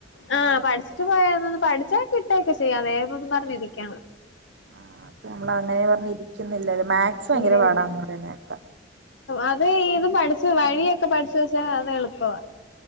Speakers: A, on the left; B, on the right.
A: ആ പഠിച്ചിട്ട് <unintelligible> പഠിച്ചാ കിട്ടോക്കെ ചെയ്യാം വേഗോന്നു പറഞ്ഞിരിക്ക
B: ആ അപ്പ നമ്മൾ അങ്ങനെ പറഞ്ഞ് ഇരിക്കുന്നില്ലല്ലോ മാക്സ് ഭയങ്കര
A: ഇല്ല
B: പാടാന്ന്
A: ഇല്ല
B: പറയുന്നേക്ക
A: അത് ഇത് പഠിച്ചു വഴിയൊക്കെ പഠിച്ച് വെച്ചാഅത് എളുപ്പവ